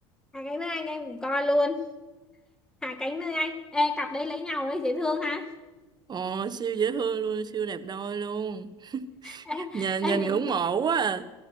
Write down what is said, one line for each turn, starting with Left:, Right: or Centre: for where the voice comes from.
Centre: hai cánh nơi anh em cũng coi luôn hai cánh nơi anh ê cặp đây lấy nhau đấy dễ thương ha
Right: Ồ siêu dễ thương luôn siêu đẹp đôi luôn
Centre: <laughs>
Right: nhìn
Centre: ê,
Right: nhìn
Centre: ê,
Right: ngưỡng mộ
Centre: chị
Right: quá à.